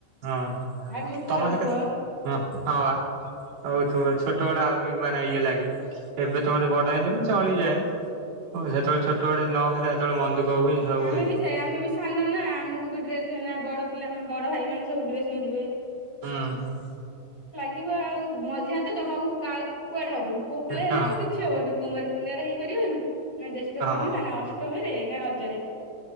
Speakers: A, on the right; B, on the left.
A: ହ ହଁ
B: ଭାରି ଦୁଃଖ
A: ତମର
B: ଲାଗୁଥିବ।
A: ସେ କେତେ ହ ହଁ ବା ହଉଥିବ ଛୋଟବେଳେ ଆହୁରି ମାନେ ଇଏ ଲାଗେ। ଏବେ ତ ଗୋଟେ ବଡ ହେଲିଣି ଚଳିଯାଏ। ହଁ ସେତେବେଳେ ଛୋଟବେଳେ ନହେଲେ ସେତେବେଳେ ମନ ଦୁଃଖ ହୁଏ
B: ହୁଁ
A: ସବୁ
B: ଆମେ
A: ଏମିତି
B: ବି ସେୟା ଆମେ ବି ସାନ ନା, ଆମକୁ ବି ଡ୍ରେସ ମିଳେନି ବଡ ପିଲା ବଡ ଭାଇ ମାନେ ସବୁ ଡ୍ରେସ ପିନ୍ଧିବେ।
A: ହଁ ହଁ।
B: ହେଇଥିବ ଆଉ ମଝିଆ ତ ଜମାକୁ କାଆକୁ କୁଆଡେ ହବନି। ପୁଅ ପିଲା ହେଲେ
A: ହଁ
B: ତ କିଛି ହବନି। କୁମାର ପୂର୍ଣ୍ଣିମାରେ ହେଇପାରିବନି, ନା ଜ୍ୟେଷ୍ଠ ପୂର୍ଣ୍ଣିମା,
A: ହଁ
B: ନା ଅଷ୍ଟମୀରେ, ନା ରଜରେ।